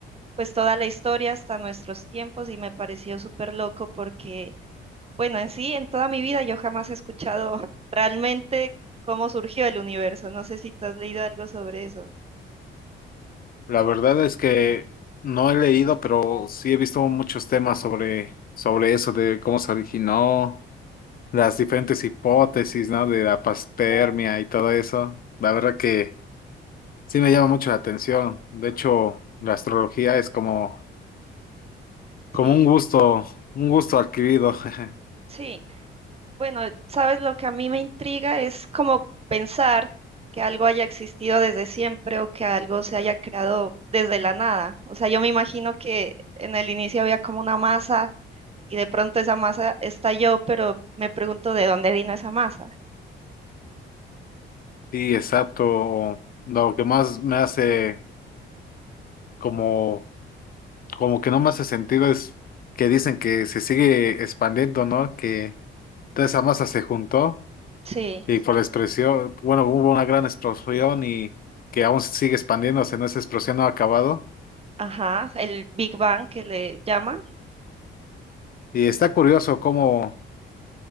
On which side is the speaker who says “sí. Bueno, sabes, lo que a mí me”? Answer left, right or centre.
Right